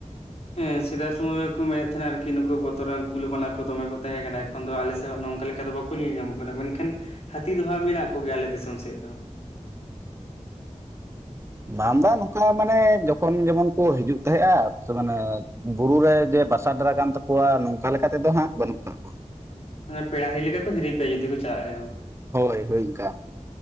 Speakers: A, on the left (about 50°); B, on the right (about 20°).
A: ᱦᱮᱸ ᱥᱮᱫᱟᱭ ᱥᱚᱢᱚᱭ ᱨᱮᱠᱚ ᱢᱮᱱᱮᱫ ᱛᱟᱦᱮᱱᱟ ᱟᱨᱠᱤ ᱱᱩᱠᱩ ᱵᱚᱛᱚᱨᱟᱱ ᱠᱩᱞ ᱵᱟᱱᱟ ᱠᱚ ᱫᱚᱢᱮ ᱠᱚ ᱛᱟᱦᱮᱸ ᱠᱟᱱᱟ ᱮᱠᱷᱚᱱ ᱫᱚ ᱟᱞᱮ ᱥᱮᱫ ᱦᱚᱸ ᱱᱚᱝᱠᱟ ᱞᱮᱠᱟ ᱫᱚ ᱵᱟᱠᱚᱼᱼ ᱧᱮᱞ ᱧᱟᱢᱚᱜ ᱠᱟᱱᱟ ᱢᱮᱱ ᱠᱷᱟᱱ ᱦᱟᱹᱛᱤ ᱫᱚᱦᱟᱜ ᱢᱮᱱᱟᱜ ᱠᱚ ᱜᱮᱭᱟ ᱟᱞᱮ ᱫᱤᱥᱚᱢ ᱥᱮᱫ ᱫᱚ <inaudible>
B: ᱵᱟᱝ ᱵᱟᱝ ᱱᱚᱝᱠᱟ ᱢᱟᱱᱮ ᱡᱚᱠᱷᱚᱱ ᱡᱮᱢᱚᱱ ᱠᱚ ᱦᱤᱡᱩᱜ ᱛᱟᱦᱮᱸᱫᱼᱟ ᱢᱟᱱᱮᱼᱼ ᱵᱩᱨᱩ ᱨᱮ ᱡᱮ ᱵᱟᱥᱟ ᱰᱮᱨᱟ ᱠᱟᱱ ᱛᱟᱠᱚᱣᱟ ᱱᱚᱝᱠᱟ ᱞᱮᱠᱟ ᱛᱮᱫᱚ ᱦᱟᱸᱜ ᱵᱟᱹᱱᱩᱜ ᱟᱠᱟᱜ ᱠᱚᱣᱟ
A: ᱚᱱᱟ ᱯᱮᱲᱟ ᱦᱤᱨᱤ ᱞᱮᱠᱟ ᱠᱚ ᱦᱤᱨᱤ ᱯᱮᱭᱟ ᱡᱩᱫᱤ ᱠᱚ ᱪᱟᱞᱟᱜ ᱨᱮ ᱦᱚᱸ
B: ᱦᱳᱭ ᱦᱳᱭ ᱤᱱᱠᱟᱼᱼ